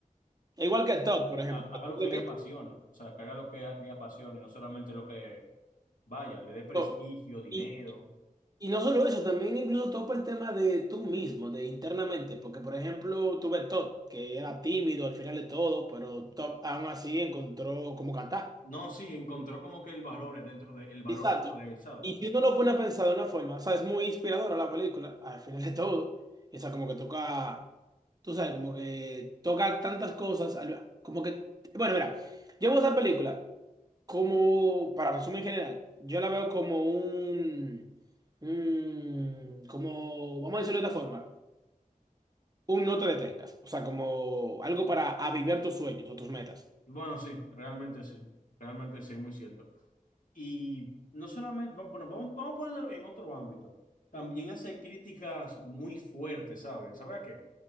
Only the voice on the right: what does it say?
Igual que el top, por ejemplo.
Lo
que-
to-
Y, y no solo eso, también incluso topa el tema de tú mismo, de internamente, porque por ejemplo tuve top que era tímido al final de todo, pero top aún así encontró cómo cantar.
Exacto.
Y si uno lo pone a pensar de una forma, o sea, es muy inspiradora la película, al final de todo. O sea, como que toca, tú sabes, como que toca tantas cosas, al- como que, bueno, mira, yo veo esa película como, para resumir en general, yo la veo como un, un- como, vamos a decirlo de otra forma, un no te detengas, o sea, como algo para avivar tus sueños o tus metas.